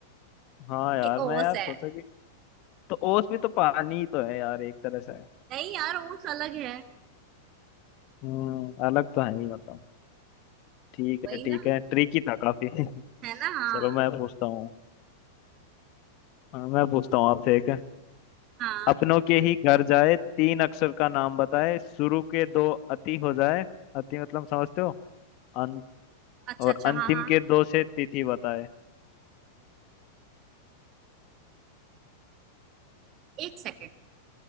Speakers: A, on the left (about 50°); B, on the right (about 40°).
A: हाँ यार
B: कि ओस
A: मैं यार
B: है
A: सोचा कि तो ओस भी तो पानी ही तो है यार एक तरह से है।
B: नहीं यार ओस अलग है
A: हम्म अलग तो है ही मतलब ठीक
B: वही
A: है
B: ना
A: ठीक है ट्रिकी था काफी <laughs>
B: है ना हाँ
A: चलो मैं पूछता हूँ हाँ, मैं पूछता हूँ आपसे एक
B: हाँ
A: अपनों के ही घर जाए तीन अक्षर का नाम बताए शुरू के दो अति हो जाए अति मतलब समझते हो अंत
B: अच्छा
A: और
B: अच्छा
A: अंतिम
B: हाँ हाँ
A: के दो से तिथि बताए
B: एक सेकेंड